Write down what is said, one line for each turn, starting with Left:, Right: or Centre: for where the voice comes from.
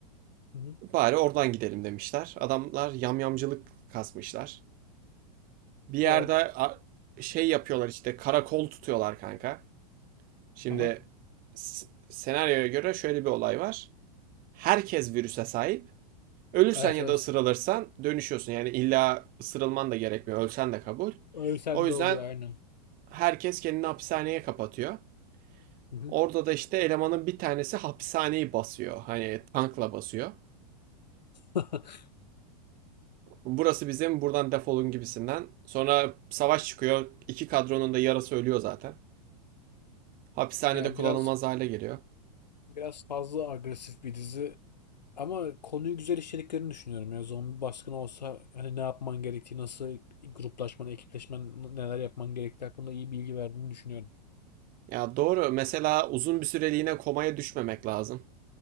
Left: Hı hı.
Right: Bari oradan gidelim demişler. Adamlar yamyamcılık kasmışlar. Bir yerde
Left: Ya
Right: a- şey yapıyorlar işte karakol tutuyorlar kanka. Şimdi
Left: aha.
Right: senaryoya göre şöyle bir olay var. Herkes virüse sahip. Ölürsen
Left: Evet
Right: ya
Left: evet.
Right: da ısırılırsan dönüşüyorsun. Yani illa ısırılman da gerekmiyor. Ölsen de kabul.
Left: Öyle
Right: O yüzden
Left: de oluyor aynen.
Right: herkes kendini hapishaneye kapatıyor.
Left: Hı hı.
Right: Orada da işte elemanın bir tanesi hapishaneyi basıyor. Hani tankla basıyor.
Left: <laughs>
Right: Burası bizim buradan defolun gibisinden. Sonra savaş çıkıyor. İki kadronun da yarısı ölüyor zaten. Hapishanede
Left: Ya
Right: kullanılmaz
Left: biraz
Right: hale geliyor.
Left: biraz fazla agresif bir dizi ama konuyu güzel işlediklerini düşünüyorum. Ya zombi baskını olsa hani ne yapman gerektiği, nasıl gruplaşman, ekipleşmen, neler yapman gerektiği hakkında iyi bilgi verdiğini düşünüyorum.
Right: Ya doğru. Mesela uzun bir süreliğine komaya düşmemek lazım.